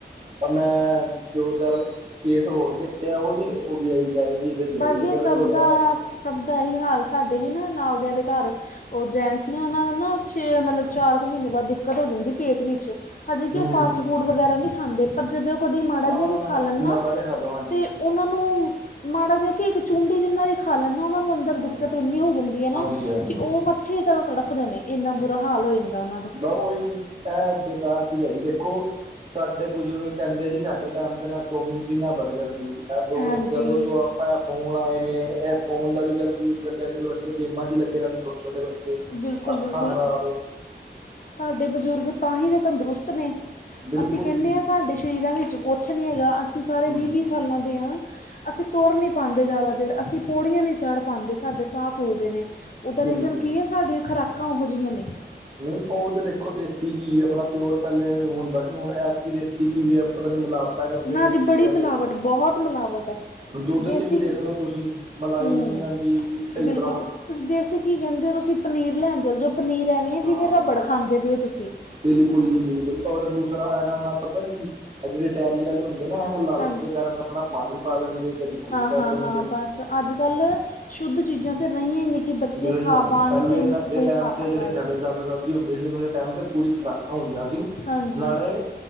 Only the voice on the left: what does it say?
ਬਸ
ਜੀ
ਇਹ ਸਭ
ਦਾ
ਸਭ ਦਾ ਹੀ ਹਾਲ ਸਾਡੇ ਵੀ ਨਾ ਨਾਵਦਿਆਂ ਦੇ ਘਰ, ਉਹ ਜੈਂਟਸ ਨੇ ਉਹਨਾਂ ਨੂੰ ਨਾ ਛੇ ਮਤਲਬ ਚਾਰ ਕੁ ਮਹੀਨੇ ਬਾਅਦ ਦਿੱਕਤ ਹੋ ਜਾਂਦੀ ਪੇਟ ਵਿੱਚ ਹਜੇ ਕਿ
ਉਹ ਫਾਸਟ ਫੂਡ ਵਗੈਰਾ ਨਹੀਂ ਖਾਂਦੇ ਪਰ ਜਦੋਂ ਉਹ ਕਦੇ ਮਾੜਾ
ਜਿਹਾ ਵੀ ਖਾ ਲੈਣ
ਨਾ
ਤਾਂ ਉਹ ਉਹਨਾਂ ਨੂੰ ਮਾੜਾ ਜਿ ਕੇ ਇੱਕ ਚੁੰਡੀ ਜਿੰਨਾ ਵੀ ਖਾ ਲੈਂਦਾ ਉਹਨਾ ਨੂੰੰ ਦਰ ਧਰ ਦਿੱਕਤ
ਇੰਨੀ ਹੋ ਜਾਂਦੀ ਹੈ ਨਾ
ਕਿ ਉਹ ਮੱਛਰ ਤਰ ਤੜਫਦੇ ਨੇ ਇੰਨਾ ਬੁਰਾ ਹਾਲ ਹੋ ਜਾਂਦਾ ਉਹਨਾਂ ਦਾ
ਹਾਂਜੀ
ਬਿਲਕੁਲ
ਬਿਲਕੁਲ
ਸਾਡੇ ਬਜ਼ੁਰਗ ਤਾਂ ਹੀ ਦੇ ਤੰਦਰੁਸਤ ਨੇ,
ਅਸੀਂ ਕਹਿੰਦੇ
ਹਾਂ ਸਾਡੇ ਸਰੀਰਾਂ ਵਿੱਚ ਕੁਛ ਨਹੀਂ ਹੈਗਾ ਅਸੀਂ ਸਾਰੇ
ਵੀਹ ਵੀਹ ਸਾਲਾਂ ਦੇ ਹਾਂ। ਅਸੀਂ ਤੁਰ ਨਹੀਂ ਪਾਉਂਦੇ ਜ਼ਿਆਦਾ ਦੇਰ ਅਸੀਂ ਪੌੜੀਆਂ ਨਹੀਂ ਚੜ੍ਹ ਪਾਉਂਦੇ ਸਾਡੇ ਸਾਹ ਫੁੱਲਦੇ ਨੇ, ਉਹਦਾ,
ਰੀਜ਼ਨ ਕੀ ਹੈ, ਸਾਡੀਆਂ ਖੁਰਾਕਾਂ ਉਹੋ ਜਿਹੀਆਂ ਨੇ,
ਨਾ
ਜੀ
ਬੜੀ
ਮਿਲਾਵਟ
ਬਹੁਤ ਮਿਲਾਵਟ ਹੈ
ਦੇਸੀ
ਹੂੰ
ਬਿਲਕੁਲ
ਤੁਸੀਂ ਦੇਸੀ ਘੀ ਕਹਿੰਦੇ ਹੋ ਤੁਸੀਂ ਪਨੀਰ ਲੈਣ ਚੱਲ ਜੋ ਪਨੀਰ ਐਵੇਂ ਜਿਵੇਂ
ਰਬੜ ਖਾਂਦੇ ਪਏ ਹੋ ਤੁਸੀਂ।
ਹਾਂਜੀ
ਹਾਂ
ਹਾਂ
ਹਾਂ ਬਸ ਅੱਜ ਕੱਲ੍ਹ ਸ਼ੁੱਧ ਚੀਜ਼ਾਂ ਤਾਂ ਰਹੀੀਆਂ ਹੀ ਨ ਕਿ, ਬੱਚੇ
ਖਾ
ਪਾਉਣ,
ਅਤੇ
ਕੋਈ
ਖਾ
ਪਾਏ
ਹਾਂਜੀ